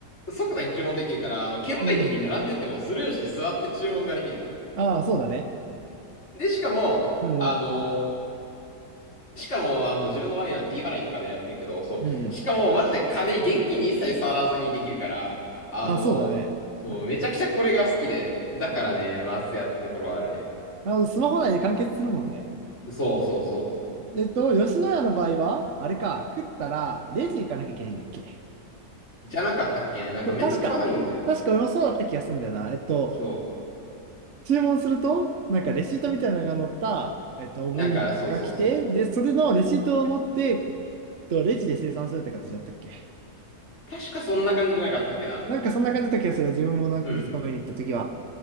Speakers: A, on the left (about 45°); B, on the right (about 50°).
A: の、即座に注文できるから、あの、券売機に並んでってもスルーして座って注文ができるじゃん。
B: うん。ああ、そうだね。
A: で、しかも、
B: うんうん。
A: あのしかも、あの、自分の場合は D 払いとかでやってるけど、そう。
B: うんうん。
A: しかも、マジで金、現金に一切触らずにできるから、あの、
B: ああ、そうだね。
A: そう、
B: うん。
A: めちゃくちゃこれが好きで、だからね、マスやったところはあるね。
B: あの、スマホ内で完結するもんね。
A: そうそうそ
B: えっと、吉野家の場合は、あれか、食ったら、レジ行かなきゃいけないんだっけ
A: う。じゃなかったっけね。なんかめんどくさいんだよ。
B: そう、確か。確か俺もそうだった気がするんだよな。えっと、
A: そ
B: 注文すると、なんかレシートみたいなのが載った、えっと、お盆が来て、
A: う。なんか、そうそうそう。
B: で、それのレシートを持って、えっと、レジで生産するって形だったっけ
A: 確かそんな感じじゃなかったっけな。
B: なんかそんな感じだった気がする。自分も何ヶ月か前に行った時は。
A: うん。